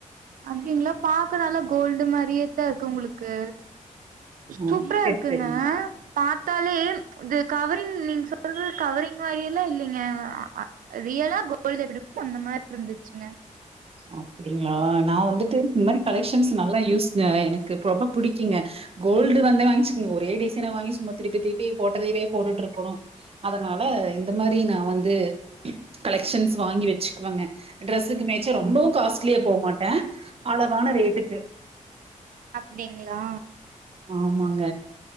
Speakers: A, on the right (about 85°); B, on the right (about 45°).
A: அப்டிங்களா பாக்க நல்லா கோல்டு மாரியே க்கு உங்களுக்கு
B: ஓ
A: சூப்பரா
B: செரி
A: இருக்குங்க
B: செரிங்க
A: பாத்தாலே இது கவரிங் நீங்க சொல்றது கவரிங் வகை எல்லா இல்லைங்க ரியலா கோல்டு எப்படி அந்த மாரி இருந்துச்சுங்க
B: அப்டி டிங்ளா நா வந்துட்டு இந்த மாரி கலெக்ஷன்ஸ் நல்லா யூஸ்ங்க எனக்கு ரொம்ப பிடிக் கிங்க கோல்டு வந்து வாங்கச்சிக்கங்க ஒரே டிசைன வாங்கி சும்மா திருப்பி திருப்பி போட்டதவே போட்டுட்டு இருக்கணும் அதனால இந்த மாரி நா வந்து கலெக்ஷன்ஸ் வாங்கி வச்சு வங்க டிரெஸ்ஸுக்கு மே சா ரொம்பவு காஸ்ட்லியா ப மாட்டே அளவான ரேட்டுக்கு
A: அப்டிங்களா
B: ஆமாங்க